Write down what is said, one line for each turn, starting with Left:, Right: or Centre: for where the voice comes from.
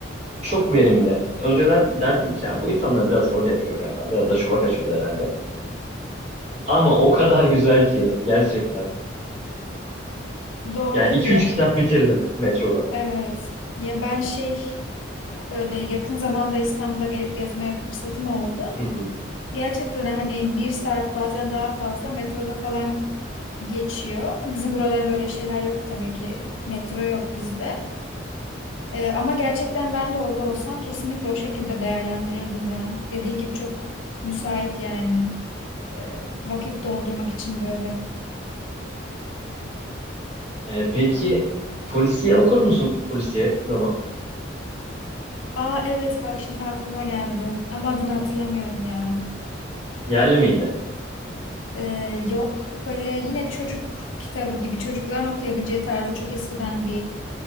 Right: Çok verimli. Önceden derdim ki ya bu insanlar biraz rol yapıyor galiba. Biraz da şova kaçıyorlar herhalde. Ama o kadar güzel ki gerçekten.
Left: <laughs> Doğrudur
Right: Yani iki
Left: ya.
Right: üç kitap bitirdim metroda.
Left: Evet. Ya ben şey böyle yakın zamanda İstanbul'a gelip gezme fırsatım oldu.
Right: Hı hı.
Left: Gerçekten hani bir saat bazen daha fazla metroda falan geçiyor. Bizim buralarda öyle şeyler yok tabii ki. Metro yok bizde. Ee, ama gerçekten ben de orada olsam kesinlikle o şekilde değerlendirirdim ya. Dediğin gibi çok müsait yani. Ee, vakit doldurmak için böyle.
Right: Ee, peki polisiye okur musun? Polisiye roman.
Left: Aa evet bak şimdi aklıma geldi. Ama adını hatırlamıyorum ya.
Right: Yerli miydi?
Left: Ee, yok. Böyle yine çocuk kitabı gibi çocukların okuyabileceği tarzda çok eskiden bir